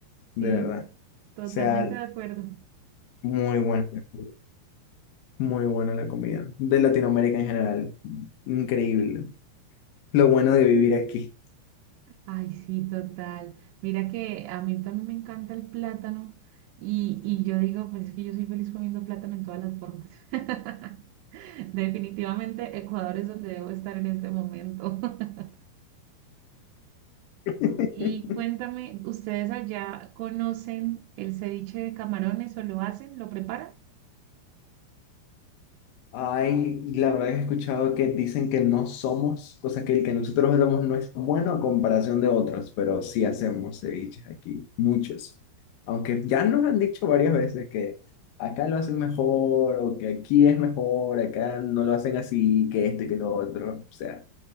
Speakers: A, on the left; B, on the right.
A: de
B: Sí,
A: verdad, o
B: totalmente
A: sea,
B: de acuerdo.
A: muy buena, la comida, muy buena la comida, de Latinoamérica en general, increíble, lo bueno de vivir aquí.
B: Ay, sí, total. Mira que a mí también me encanta el plátano y, y yo digo, pues es que yo soy feliz comiendo plátano en todas las formas. <laughs> Definitivamente Ecuador es donde debo estar en este momento. <laughs>
A: <laughs>
B: Y cuéntame, ¿ustedes allá conocen el ceviche de camarones o lo hacen, lo preparan?
A: Ay, y la verdad que he escuchado que dicen que no somos, cosa que el que nosotros hacemos no es bueno a comparación de otros, pero sí hacemos ceviches aquí, muchos. Aunque ya nos han dicho varias veces que acá lo hacen mejor, o que aquí es mejor, acá no lo hacen así, que esto y que lo otro, o sea,